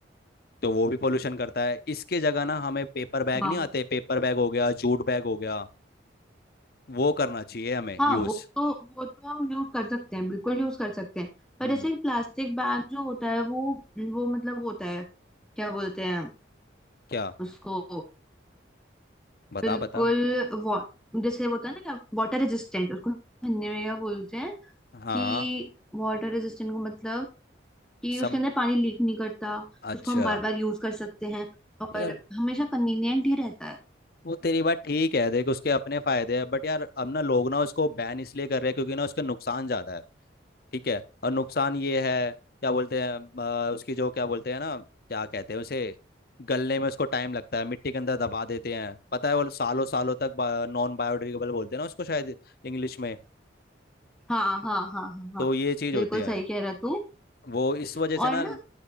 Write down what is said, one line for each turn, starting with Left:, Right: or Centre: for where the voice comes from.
Left: तो वो भी पोल्यूशन करता है इसके जगह ना हमें पेपर बैग
Centre: हाँ
Left: नहीं आते पेपर बैग हो गया जूट बैग हो गया वो करना चाहिए हमें
Centre: हाँ
Left: यूज
Centre: वो तो वो तो हम यूज कर सकते हैं बिल्कुल यूज कर सकते हैं पर
Left: हम्म
Centre: जैसे प्लास्टिक बैग जो होता है वो वो मतलब वो होता है क्या बोलते हैं
Left: क्या
Centre: उसको
Left: बता
Centre: बिल्कुल
Left: बता
Centre: वा, जैसे वो होता है ना क्या वाटर रेजिस्टेंट उसको हिंदी में क्या बोलते हैं
Left: हाँ
Centre: कि वाटर रेजिस्टेंट को मतलब कि
Left: सम
Centre: उसके अंदर पानी लीक नहीं करता
Left: अच्छा
Centre: उसको हम बार बार यूज कर सकते हैं और
Left: यार
Centre: हमेशा कन्वीनियंट ही रहता है
Left: वो तेरी बात ठीक है देख उसके अपने फायदे हैं बट यार अब ना लोग ना उसको बैन इसलिए कर रहे हैं क्योंकि ना उसका नुकसान ज्यादा है ठीक है और नुकसान ये है क्या बोलते हैं अ, उसकी जो क्या बोलते हैं ना क्या कहते हैं उसे गलने में उसको टाइम लगता है मिट्टी के अंदर दबा देते हैं पता है वो सालों सालों तक नॉन बायोडिग्रेडेबल बोलते हैं ना उसको शायद इंग्लिश में
Centre: हाँ हाँ हाँ हाँ हाँ
Left: तो ये चीज़
Centre: बिल्कुल
Left: होती है
Centre: सही कह रहा तू
Left: वो इस वजह
Centre: और
Left: से ना
Centre: ना